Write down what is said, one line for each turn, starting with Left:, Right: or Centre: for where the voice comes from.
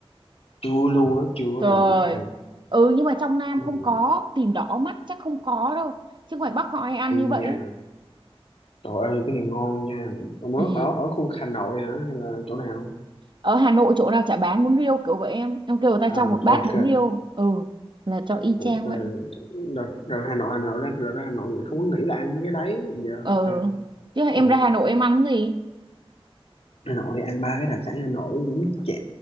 Left: chưa luôn á chưa có
Right: trời
Left: ra miền Bắc ăn
Right: ừ nhưng mà trong Nam
Left: ừ.
Right: không có tìm đỏ mắt chắc không có đâu chứ ngoài Bắc họ hay ăn
Left: hay
Right: như
Left: nha
Right: vậy ấy
Left: trời ơi cái này ngon nha Ông
Right: ừ
Left: ở ở ở khu vực Hà Nội hả hay là chỗ nào
Right: ở Hà Nội chỗ nào chả bán bún riêu kiểu vậy em em kêu người ta
Left: à,
Right: cho một bát
Left: ok
Right: bún riêu ừ là cho y
Left: ok
Right: chang vậy
Left: đợt, đợt Hà Nội Hà Nội ra đợt ra Hà Nội vậy không có nghĩ là ăn mấy cái đấy giờ
Right: ừ
Left: ok
Right: chứ em
Left: Dạ.
Right: ra Hà Nội em ăn cái gì
Left: Hà Nội thì ăn ba cái đặc sản Hà Nội bún chả